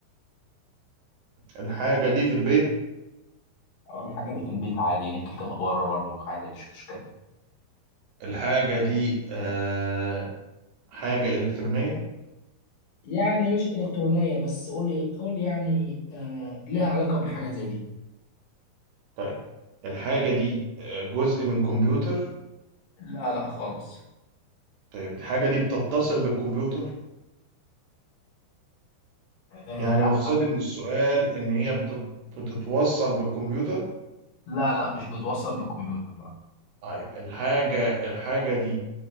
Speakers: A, on the right; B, on the left.
A: الحاجة دي في البيت
B: اول حاجه اللي في البيت عادي ممكن تبقى بره برضو عادي مفيش مشكله
A: الحاجة دي آه، حاجة إلكترونية
B: يعني مش إلكترونية بس قول لي قول يعني آه ليها علاقة بالحاجة زي دي
A: طيب الحاجة دي آه، جزء من كمبيوتر
B: لا لا خالص
A: طيب الحاجة دي بتتصل بالكمبيوتر
B: آه
A: يعني
B: لا
A: مقصدي من السؤال إن هي بتت- بتتوصل بالكمبيوتر
B: لا لا مش بتوصل بالكمبيوتر لا
A: طيب الحاجة الحاجة دي